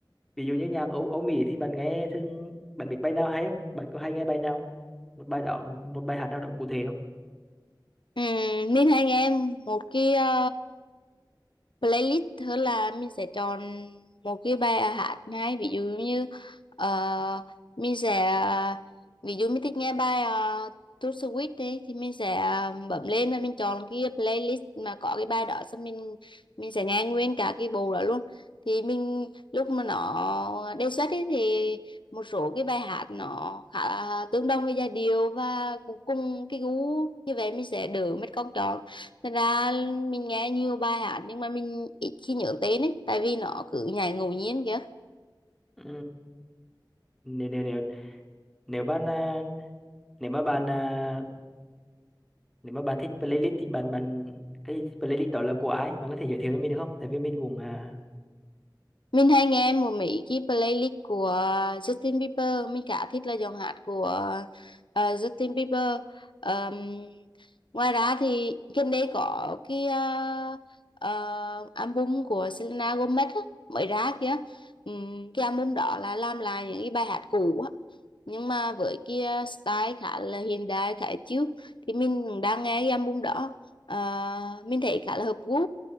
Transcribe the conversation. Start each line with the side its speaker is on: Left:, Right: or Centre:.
Centre: ví dụ như nhạc Âu, Âu Mỹ thì bạn nghe thường bạn biết bài nào hay không bạn có hay nghe bài nào một bài đó một bài hát nào đó cụ thể không
Left: ừ. mình hay nghe một cái ờ, playlist tức là mình sẽ chọn một cái bài hát hay ví dụ như ờ, mình sẽ ví dụ mình thích nghe bài uh, To Sweet đi thì mình sẽ ờ, bấm lên và mình chọn cái playlist mà có cái bài đó xong mình mình sẽ nghe nguyên cả cái bộ đó luôn thì mình lúc mà nó đề xuất ấy, thì một số cái bài hát nó khá là tương đồng với giai điệu và cũng cùng cái gu như vậy mình sẽ đỡ mất công chọn Thật ra mình nghe nhiều bài hát nhưng mà mình ít khi nhớ tên ấy, tại vì nó cứ nhảy ngẫu nhiên kìa.
Centre: Ừ. nếu nếu nếu nếu bạn à, nếu mà bạn à, nếu mà bạn thích playlist thì bạn bạn cái playlist đó là của ai bạn có thể giới thiệu cho mình được không tại vì mình cũng à,
Left: Mình hay nghe một mấy cái playlist của Justin Bieber, mình khá thích là giọng hát của ờ, Justin Bieber. Ờm, ngoài ra thì gần đây có cái ờ, ờ, album của Selena Gomez á, mới ra kìa. Ừm, cái album đó là làm lại những cái bài hát cũ á. nhưng mà với kia style khá là hiện đại khá chill thì mình cũng đang nghe cái album đó Ờ, mình thấy khá là hợp gu